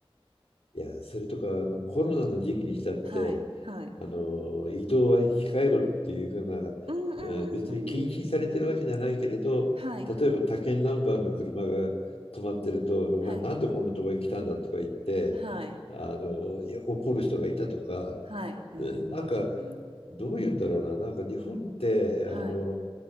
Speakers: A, on the left (about 85°); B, on the right (about 75°).
A: いや、それとか、あの、コロナの時期にしたって、
B: はい、はい。
A: あの、移動は控えろっていうふうな、
B: うんうんうんうんうん。
A: えー別に禁止されてるわけじゃないけれど、
B: はい、
A: 例えば他県ナンバーの車が止まってると、お前なんでこんなとこへ来たんだとか言って、
B: はい、はい、
A: あの、いや怒る人がいたとか、
B: はい。うんうんうん。
A: うんなんか、どういうんだろうな、なんか日本って、
B: はい、
A: あの、